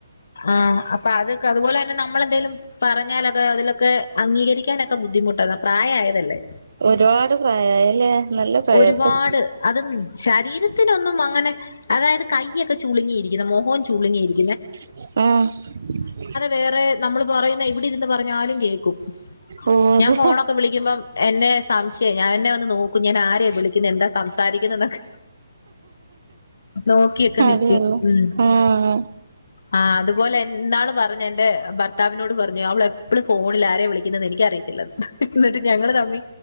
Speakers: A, on the left; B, on the right.
A: ആഹ്‌ അപ്പൊ അതൊക്കെ അതുപോലെ തന്നെ നമ്മളെന്തേലും പറഞ്ഞാലത് അതിലാെക്കേ അങ്ങീകരിക്ക്യാനൊക്ക ബുദ്ധിമുട്ടാണ് പ്രായായെതെല്ലേ
B: ഒരുപാട് പ്രയായല്ലേ നല്ല പ്രായാപ്പം
A: ഒരുപാട് അത് ശരീരത്തിനൊന്നും അങ്ങെനെ അതായത് കയ്യെക്കെ ചുള്ങ്ങിയിരിക്ക്യ്ന്ന് മോഖോം ചുള്ങ്ങിയിരി
B: ആഹ്‌
A: വേറെ നമ്മള് പറയ്ന്നെ ഇവിടെ ഇര്ന്ന് പറഞ്ഞാലും കേക്കും
B: ഓ
A: ഞാൻ
B: അതെ
A: ഫോണൊക്കെ വിളിക്കുമ്പം എന്നേ സംശയാ ഞാ എന്നെ വന്ന് നോക്കും ഞാൻ ആരെയാ വിളിക്ക്യ്ണെ എന്താ സംസാരിക്ക്ണെന്നൊക്കെ നാേക്ക്യൊക്കെ നിക്ക്യും
B: അതെയല്ലേ
A: ഉം
B: ആഹ്
A: ആഹ് അത്പോലെ ന്നാള് പറഞ്ഞു എന്റെ ഭർത്താവിനോട് പറഞ്ഞു അവള് എപ്പളും കോളിലാ ആരെ വിളി ക്ക്ന്നെന്ന് എനിക്കറിയത്തില്ലെന്ന് ന്നിട്ട് ഞങ്ങള് തമ്മി